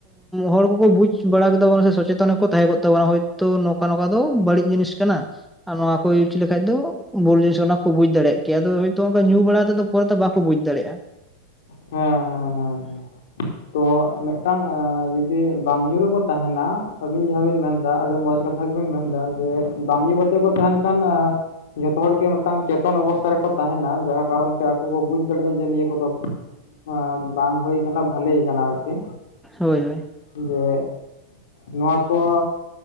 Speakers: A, in the centre; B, on the left (about 60°).
A: ᱦᱚᱲ ᱠᱚᱠᱚ ᱵᱩᱡ ᱵᱟᱲᱟ ᱠᱮᱫᱟ ᱵᱚᱞᱮ ᱥᱚᱪᱮᱛᱚᱱ ᱜᱮ ᱠᱚ ᱛᱟᱸᱦᱮ ᱠᱚᱜ ᱛᱟᱸᱵᱚᱱᱟ ᱦᱳᱭᱛᱳ ᱱᱚᱝᱠᱟ ᱱᱚᱝᱠᱟ ᱫᱚ ᱵᱟᱹᱲᱤᱡ ᱡᱤᱱᱤᱥ ᱠᱟᱱᱟ᱾ ᱟᱨ ᱱᱚᱣᱟ ᱠᱚ ᱤᱭᱩᱡᱽ ᱞᱮᱠᱷᱟᱡ ᱫᱚ ᱵᱷᱩᱞ ᱡᱤᱱᱤᱥ ᱚᱱᱟ ᱠᱚ ᱵᱩᱡ ᱫᱟᱲᱮᱭᱟᱜ ᱠᱮᱭᱟ ᱟᱫᱚ ᱦᱳᱭᱛᱳ ᱧᱩ ᱵᱟᱲᱟ ᱛᱮᱫᱚ, ᱠᱚ ᱫᱚ ᱵᱟᱠᱚ ᱵᱩᱡᱽ ᱫᱟᱲᱮᱭᱟᱜ-ᱟ᱾
B: ᱦᱮᱸ ᱦᱮᱸ ᱦᱮᱸ ᱦᱮᱸ
A: <unintelligible>
B: ᱛᱚ ᱢᱤᱫᱴᱟᱝ ᱡᱩᱫᱤ ᱵᱟᱝ ᱧᱩ ᱨᱮᱠᱚ ᱛᱟᱸᱦᱮᱱᱟ ᱟᱹᱵᱤᱱ ᱡᱟᱸᱦᱟ ᱵᱤᱱ ᱢᱮᱱᱫᱟ ᱟᱹᱰᱤ ᱢᱚᱸᱡᱽ ᱠᱟᱛᱮ, ᱠᱟᱛᱷᱟ ᱜᱮᱵᱤᱱ ᱢᱮᱱᱫᱟ ᱡᱮ ᱵᱟᱝ ᱧᱩ ᱠᱟᱛᱮ ᱠᱚ ᱛᱟᱸᱦᱮᱱ ᱠᱷᱟᱱ ᱡᱚᱛᱚ ᱦᱚᱲ ᱜᱮ ᱢᱤᱫᱴᱟᱝ ᱪᱮᱛᱚᱱ ᱚᱵᱚᱥᱛᱷᱟ ᱨᱮᱠᱚ, ᱛᱟᱸᱦᱮᱱᱟ ᱡᱟᱸᱦᱟ ᱠᱟᱨᱚᱱ ᱛᱮ ᱟᱠᱚ ᱠᱚ ᱵᱩᱡᱽ ᱫᱟᱲᱮᱭᱟᱜ-ᱟ᱾ ᱡᱮ ᱱᱤᱭᱟᱹ ᱠᱚᱫᱚ, ᱦᱮ ᱵᱟᱝ ᱦᱩᱭ ᱠᱟᱱᱟ ᱵᱷᱟᱞᱮ ᱠᱟᱱᱟ ᱟᱨᱠᱤ,
A: ᱦᱳᱭ ᱦᱳᱭ
B: ᱡᱮ ᱱᱚᱣᱟ ᱠᱚ